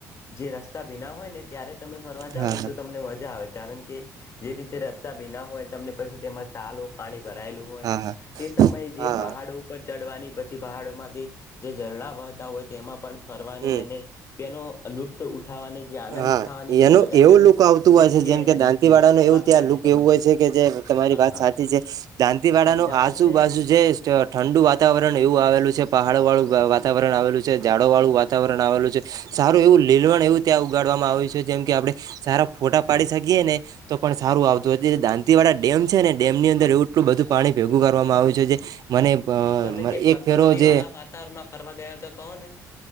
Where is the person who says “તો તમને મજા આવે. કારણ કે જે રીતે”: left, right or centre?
Left